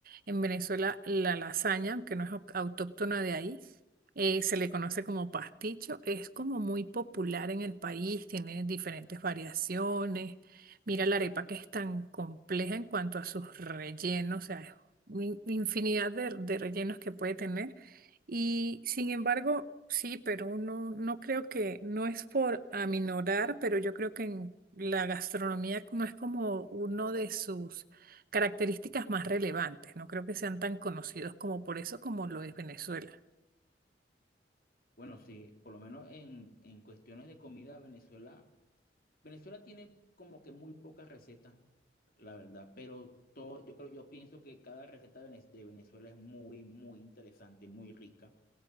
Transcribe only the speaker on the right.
en Venezuela, la lasaña, que no es au- autóctona de ahí, eh, se le conoce como pasticho. Es como muy popular en el país, tiene diferentes variaciones. Mira la arepa que es tan compleja en cuanto a sus rellenos, o sea, es in- infinidad de, de rellenos que puede tener. Y sin embargo, sí, pero no, no creo que, no es por aminorar, pero yo creo que en la gastronomía no es como uno de sus características más relevantes. No creo que sean tan conocidos como por eso como lo es Venezuela.